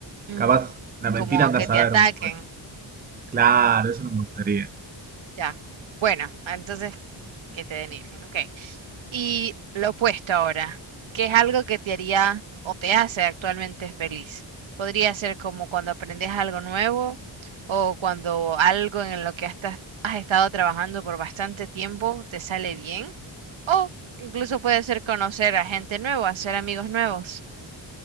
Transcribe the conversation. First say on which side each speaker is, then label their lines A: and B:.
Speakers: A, on the right (about 75°); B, on the right (about 20°).
A: Mm,
B: Capaz la mentira
A: Como
B: anda
A: que
B: a saber,
A: te ataquen.
B: pues. Claro, eso no me gustaría.
A: Ya. Bueno, entonces que te denigren. Ok. Y lo opuesto ahora, ¿qué es algo que te haría o te hace actualmente feliz? Podría ser como cuando aprendes algo nuevo o cuando algo en lo que estás- has estado trabajando por bastante tiempo te sale bien. O incluso puede ser conocer a gente nueva, hacer amigos nuevos.